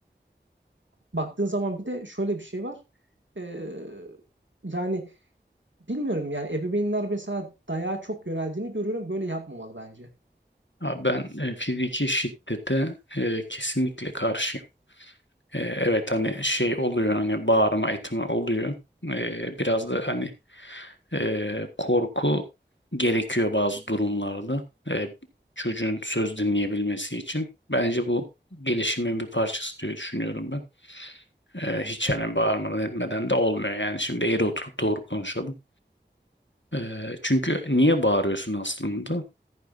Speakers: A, on the right; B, on the left.
A: Baktığın zaman bir de şöyle bir şey var. Ee, yani bilmiyorum yani ebeveynler mesela dayağa çok yöneldiğini görüyorum. Böyle yapmamalı bence.
B: Abi ben e, fiziki şiddete e, kesinlikle karşıyım. E, evet hani şey oluyor hani bağırma etme oluyor. E, biraz da hani e, korku gerekiyor bazı durumlarda e, çocuğun söz dinleyebilmesi için. Bence bu gelişimin bir parçası diye düşünüyorum ben. E, hiç yani bağırmadan etmeden de olmuyor. Yani şimdi eğri oturup doğru konuşalım. E, çünkü niye bağırıyorsun aslında?